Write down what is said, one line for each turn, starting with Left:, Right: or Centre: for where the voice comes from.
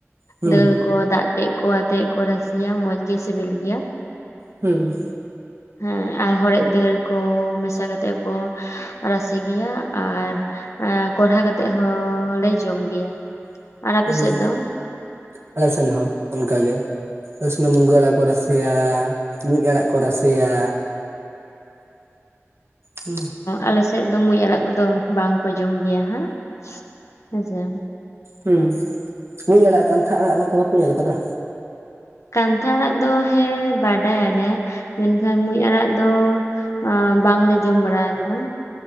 Right: ᱦᱩᱸ
Left: ᱫᱟᱹᱲ ᱠᱚ ᱫᱟᱜ ᱛᱮᱜ ᱠᱚ ᱟᱛᱮ ᱠᱚ ᱨᱟᱥᱮᱭᱟ ᱢᱚᱸᱡᱽᱜᱮ ᱥᱤᱵᱤᱞ ᱜᱮᱭᱟ
Right: ᱦᱮᱸ
Left: ᱦᱮᱸ ᱟᱨ ᱦᱚᱲᱮᱡ ᱫᱟᱹᱲ ᱠᱚ ᱢᱮᱥᱟ ᱠᱟᱛᱮᱫ ᱠᱚ ᱨᱟᱥᱮ ᱜᱮᱭᱟ ᱟᱨ ᱠᱚᱲᱦᱟ ᱠᱟᱛᱮᱜ ᱦᱚᱸᱞᱮ ᱡᱚᱢ ᱜᱮᱭᱟ ᱟᱨ ᱟᱯᱮ
Right: ᱦᱩᱸ
Left: ᱥᱮᱫ ᱫᱚ
Right: ᱟᱞᱮ ᱥᱮᱱ ᱦᱚᱸ ᱚᱱᱠᱟ ᱜᱮ᱾ ᱥᱮᱱ ᱦᱚᱸ ᱢᱩᱱᱜᱟᱹ ᱟᱲᱟᱜ ᱠᱚ ᱨᱟᱥᱮᱭᱟ ᱢᱩᱡ ᱟᱲᱟᱜ ᱠᱚ ᱨᱟᱥᱮᱭᱟ ᱦᱩᱸ
Left: ᱟᱞᱮᱥᱮᱫ ᱫᱚ ᱢᱩᱡ ᱟᱲᱟᱜ ᱠᱚᱫᱚ ᱵᱟᱝ ᱠᱚ ᱡᱚᱢ ᱜᱮᱭᱟ ᱦᱟᱸ ᱦᱮᱸᱥᱮ
Right: ᱦᱩᱸ ᱢᱩᱡ ᱟᱲᱟᱜ ᱠᱟᱱᱛᱷᱟ ᱟᱲᱟᱜ ᱟᱠᱩ ᱵᱟᱯᱮ ᱧᱮᱞ ᱟᱠᱟᱫᱟ᱾
Left: ᱠᱟᱱᱛᱷᱟ ᱟᱲᱟᱜ ᱫᱚ ᱦᱮᱸ ᱵᱟᱰᱟᱭᱟᱞᱮ ᱢᱮᱱᱠᱷᱟᱱ ᱢᱩᱡ ᱟᱲᱟᱜ ᱫᱚ ᱟᱫᱚ ᱵᱟᱝ ᱞᱮ ᱡᱚᱢ ᱵᱟᱲᱟ ᱟᱠᱟᱫᱟ,